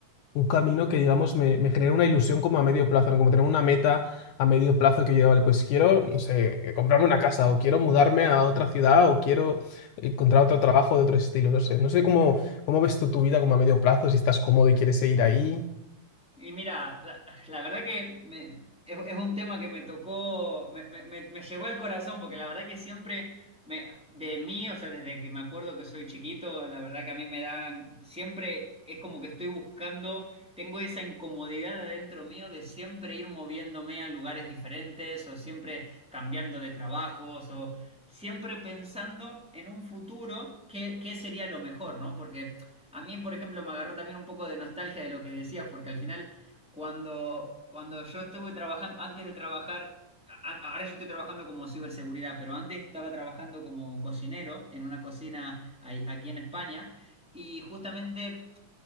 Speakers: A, on the left; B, in the centre.
A: un camino que, digamos, me, me genera una ilusión como a medio plazo, ¿no? Como tener una meta a medio plazo que yo, vale, pues quiero, no sé, eh, comprarme una casa o quiero mudarme a otra ciudad o quiero encontrar otro trabajo de otro estilo, no sé. No sé cómo, cómo ves tú tu vida como a medio plazo, si estás cómodo y quieres seguir ahí.
B: Y mira, la, la verdad que me- es, es un tema que me tocó, me, me- me- me llegó al corazón, porque la verdad que siempre me, de mí, o sea, desde que me acuerdo que soy chiquito, la verdad que a mí me dan, siempre es como que estoy buscando, tengo esa incomodidad adentro mío de siempre ir moviéndome a lugares diferentes o siempre cambiando de trabajos o siempre pensando en un futuro, qué, qué sería lo mejor, ¿no? Porque A mí, por ejemplo, me agarró también un poco de nostalgia de lo que decías, porque al final, cuando, cuando yo estuve trabajando, antes de trabajar, a- a- ahora yo estoy trabajando como ciberseguridad, pero antes estaba trabajando como cocinero en una cocina ahí- aquí en España, y justamente